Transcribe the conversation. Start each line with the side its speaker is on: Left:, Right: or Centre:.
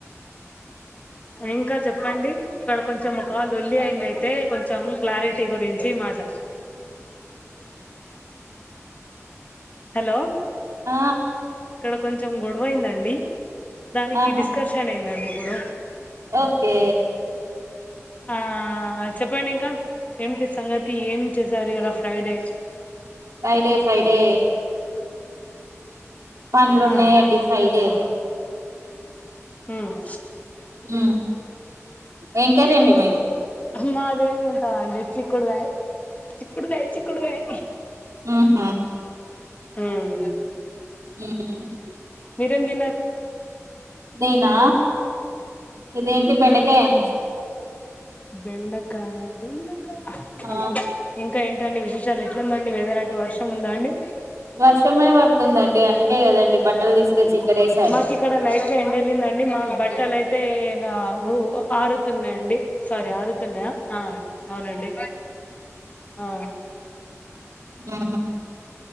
Left: ఇంకా చెప్పండి ఇక్కడ కొంచెం ఒక లొల్లి అయింది అయితే కొంచెం క్లారిటీ గురించి మాట హలో
Right: ఆ
Left: ఇక్కడ కొంచెం గొడవయిందండి దానికి
Right: ఆహా
Left: డిస్కర్షన్ అయిందండి ఇప్పుడు
Right: ఓకే
Left: ఆ చెప్పండి ఇంకా ఏమిటి సంగతి ఏం చేసారు ఇలా ఫ్రైడే
Right: ఫ్రైడే ఫ్రైడే పనులున్నాయండి
Left: ఆ
Right: ఫ్రైడే
Left: మ్మ్
Right: మ్మ్ ఏం కర్రిండి మీది
Left: మాదేమి ఉంటందండి చిక్కుడుకాయ చిక్కుడుకాయ చిక్కుడుకాయ
Right: మ్మ్ హు
Left: మ్మ్
Right: మ్మ్
Left: మీరేం తిన్నారండి
Right: నేనా ఇదేంటి బెండకాయ అండి
Left: బెండకాయ దొండకాయ
Right: ఆ
Left: ఓకే ఇంకా ఏంటండి విశే శాలు ఎట్లుందండి వెధర్ అటు వర్షం ఉంద అండి
Right: వర్షమే పడుతుందండి అందుకే కదండి బట్టలు తీసుకొచ్చి ఇక్కడ వేేశాను
Left: మాకు ఇక్కడ లైట్ గా ఎండెళ్ళిందండి మాకు బట్టలు అయితే ఇంగ ఊ ఆరుతున్నాయండి సారీ ఆరుతున్నాయా ఆ అవునండి ఆ
Right: ఉమ్